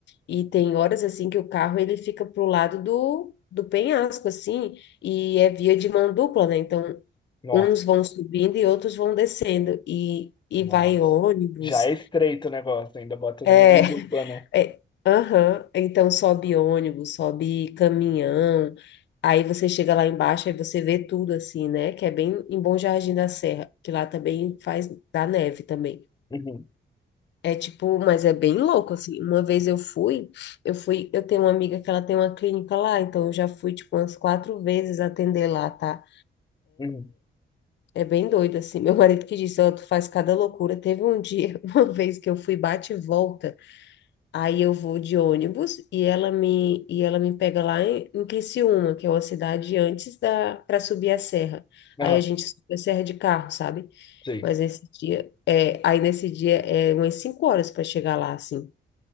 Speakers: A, on the left; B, on the left.
A: e tem horas assim que o carro ele fica pro lado do, do penhasco assim, e é via de mão dupla, né? Então,
B: Nossa,
A: uns vão subindo e outros vão descendo e e
B: nossa.
A: vai ônibus.
B: Já é estreito o negócio, ainda botam
A: É,
B: de mundo urbana.
A: <laughs> é, aham. Então sobe ônibus, sobe caminhão. Aí você chega lá embaixo e você vê tudo assim, né? Que é bem em Bom Jardim da Serra, que lá também faz da neve também.
B: Uhum,
A: É tipo, mas é bem louco, assim. Uma vez eu fui, eu fui, eu tenho uma amiga que ela tem uma clínica lá, então eu já fui, tipo, umas quatro vezes atender lá, tá?
B: uhum.
A: É bem doido, assim. <laughs> Meu marido que disse, ó, tu faz cada loucura. Teve um dia, <laughs> uma vez que eu fui bate e volta, aí eu vou de ônibus e ela me, e ela me pega lá em, em Criciúma, que é uma cidade antes da, para subir a serra.
B: Aham,
A: Aí a gente sobe a serra de carro, sabe?
B: sei.
A: Mas nesse dia, é, aí nesse dia é umas cinco horas para chegar lá, assim.